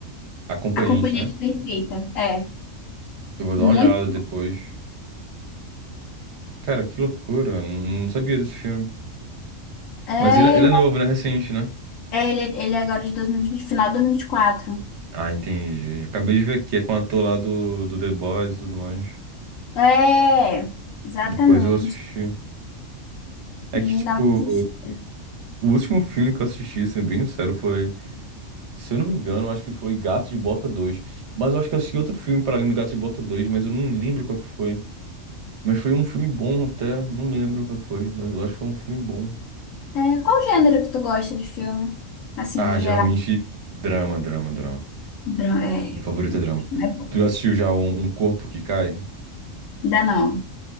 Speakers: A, on the right; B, on the left.
A: Acompanhante,
B: A Companhia
A: né?
B: de Perfeita. É,
A: Eu vou dar
B: muito.
A: uma olhada depois. Cara, que loucura. Não sabia desse filme.
B: É,
A: Mas ele, é- ele
B: eu-
A: é novo, né? Recente, né?
B: é, ele, ele é agora de 2020, final de 2024.
A: Ah, entendi. Acabei de ver aqui, é com o ator lá do, do The Boys e tudo mais.
B: É, exatamente.
A: Depois eu assisti. É
B: E
A: que, tipo,
B: dá uma assistida.
A: o último filme que eu assisti, sendo bem sincero, foi, se eu não me engano, eu acho que foi Gato de Bota dois. Mas eu acho que eu assisti outro filme para além do Gato de Bota dois, mas eu não lembro qual que foi. Mas foi um filme bom até, não lembro qual que foi, mas eu acho que foi um filme bom.
B: É, qual gênero que tu gosta de filme? Assim,
A: Ah,
B: no
A: geralmente
B: geral.
A: drama, drama, drama.
B: Dra- É,
A: Meu favorito é drama.
B: é bom.
A: Tu já assistiu já um, um Corpo que Cai?
B: Ainda não.